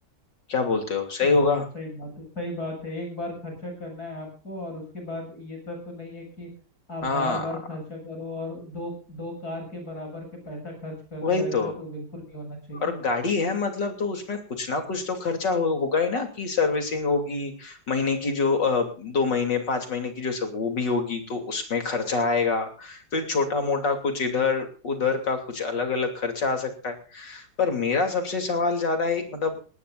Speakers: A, on the left; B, on the left.
A: क्या बोलते हो सही होगा
B: हाँ सही बात है सही बात है एक बार खर्चा करना है आपको और उसके बाद ये तो तो नहीं है कि आप
A: हाँ
B: बार बार खर्चा करो और दो दो कार के बराबर के पैसा खर्च कर
A: वही
B: दो ऐसा
A: तो
B: तो बिल्कुल नहीं होना चाहिए
A: और गाड़ी है मतलब तो उसमें कुछ ना कुछ तो खर्चा हो, होगा ही ना कि सर्विसिंग होगी महीने की जो अ, दो महीने पांच महीने की जो सब वो भी होगी तो उसमें खर्चा आएगा फिर छोटा मोटा कुछ इधर उधर का कुछ अलग अलग खर्चा आ सकता है पर मेरा सबसे सवाल ज्यादा है मतलब